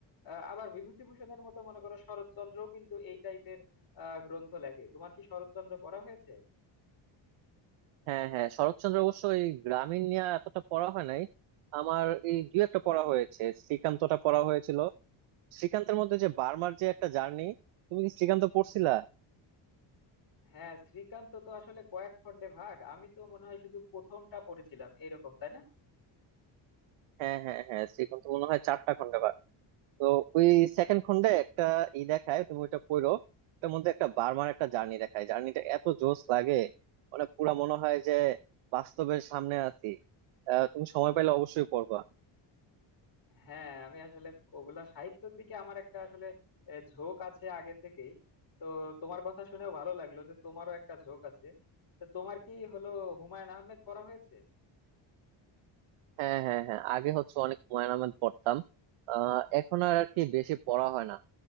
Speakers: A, on the left; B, on the right.
A: আহ, আবার বিভূতিভূষণের মতো মনে করো শরৎচন্দ্রও কিন্তু এই টাইপের গ্রন্থ লেখে তোমার কি শরৎচন্দ্র পড়া হয়েছে
B: হ্যাঁ হ্যাঁ শরৎচন্দ্র অবশ্য এই গ্রামীণ নিয়ে এতটা পড়া হয় নাই আমার এই দুই একটা পড়া হয়েছে শ্রীকান্তটা পড়া হয়েছিল শ্রীকান্তের মধ্যে যে বার্মার যে একটা জার্নি তুমি কি শ্রীকান্ত পড়ছিলা
A: হ্যাঁ শ্রীকান্ত তো আসলে কয়েক খণ্ডে ভাগ আমি তো মনে হয় শুধু প্রথমটা পড়েছিলাম এরকম তাই না
B: হ্যাঁ হ্যাঁ হ্যাঁ শ্রীকান্ত মনে হয় চারটা খন্ডে বার তো ওই সেকেন্ড খন্ডে একটা ই দেখায় তুমি ওইটা পড়ো ওটার মধ্যে একটা বার্মার একটা জার্নি দেখায় জার্নিটা এত জোস লাগে মানে পুরা মনে হয় যে বাস্তবের সামনে আছি আহ, তুমি সময় পেলে অবশ্যই পড়বা
A: হ্যাঁ আমি আসলে ওগুলা সাহিত্যের দিকে আমার একটা আসলে আহ, ঝোঁক আছে আগে থেকেই তো তোমার কথা শুনেও ভালো লাগলো যে তোমারও একটা ঝোঁক আছে তো তোমার কি হলো হুমায়ুন আহমেদ পড়া হয়েছে
B: হ্যাঁ হ্যাঁ হ্যাঁ আগে হচ্ছে অনেক হুমায়ুন আহমেদ পড়তাম আহ এখন আর আর কি বেশি পড়া হয় না